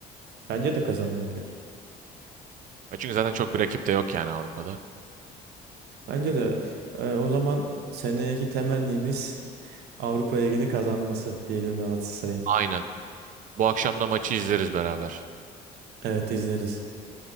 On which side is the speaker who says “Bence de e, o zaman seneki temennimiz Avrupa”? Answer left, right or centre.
Right